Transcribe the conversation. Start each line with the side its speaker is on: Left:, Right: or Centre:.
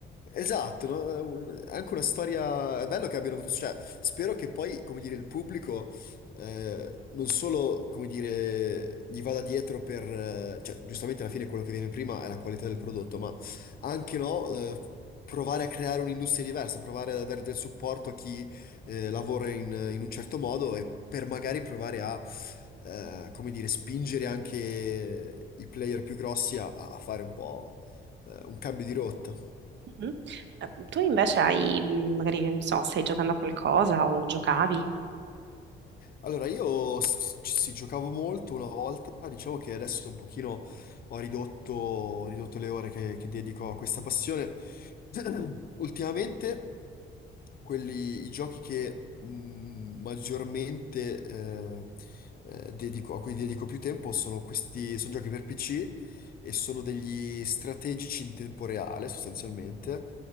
Left: Esatto, no? È un- è anche una storia. È bello che abbiano avuto. Cioè, spero che poi, come dire, il pubblico eh, non solo, come dire, gli vada dietro per. eh, cioè, giustamente alla fine quello che viene prima è la qualità del prodotto, ma anche no, eh, provare a creare un'industria diversa, provare a dare del supporto a chi eh, lavora in, in un certo modo e per magari provare a. eh, come dire, spingere anche i player più grossi a, a fare un po' eh, un cambio di rotta.
Right: Mhm. Eh, Tu invece hai, mh, magari, che non so, stai giocando a qualcosa o giocavi?
Left: Allora, io s- ci sì, giocavo molto una volta, diciamo che adesso un pochino ho ridotto, ho ridotto le ore che, che dedico a questa passione. <clears throat> Ultimamente, quelli, i giochi che mh, maggiormente eh, eh, dedico, a cui dedico più tempo sono questi, sono giochi per PC e sono degli strategici in tempo reale, sostanzialmente,